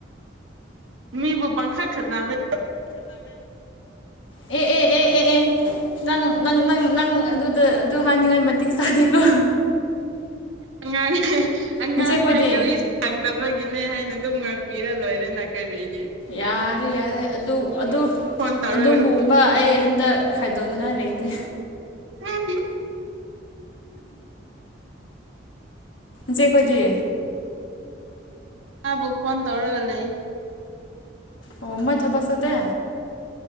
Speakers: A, on the right; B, on the left.
A: ꯃꯤꯕꯨ ꯄꯪꯈꯥ ꯈꯗꯅꯥꯃꯦ
B: ꯑꯦ ꯑꯦ ꯑꯦ ꯑꯦ ꯑꯦ ꯅꯪ ꯅꯪ ꯅꯪ ꯅꯪ ꯑꯗꯨ ꯑꯗꯨꯗ ꯑꯗꯨ ꯍꯥꯏꯅꯤꯡꯉꯥꯏ ꯃꯇꯤꯛ ꯆꯥꯗꯦꯀꯣ
A: ꯑꯉꯥꯡ ꯑꯉꯥꯡ
B: ꯅꯆꯦ ꯈꯣꯏꯗꯤ
A: ꯈ꯭ꯋꯥꯏ ꯀꯔꯤ ꯁꯥꯡꯗꯕꯒꯤꯅꯦ ꯍꯥꯏꯅ ꯄꯤꯔꯂꯣ ꯑꯗꯨꯗꯅꯅꯥ ꯀꯔꯤꯗꯤ
B: ꯌꯥꯔꯦ ꯌꯥꯔꯦ ꯑꯗꯨ ꯑꯗꯨ
A: ꯐꯣꯟ ꯇꯧꯔꯒ
B: ꯑꯗꯨꯝꯕꯒꯨꯝꯕ ꯑꯩ ꯍꯟꯗꯛ ꯈꯥꯏꯗꯣꯛꯅꯤꯉꯥꯏ ꯂꯩꯇꯦ
A: ꯍꯝ
B: ꯆꯦ ꯀꯗꯤ
A: ꯃꯥꯕꯨ ꯐꯣꯟ ꯇꯧꯔꯒ ꯂꯩ
B: ꯑꯣ ꯃꯣꯏ ꯊꯕꯛꯁꯦꯠꯇ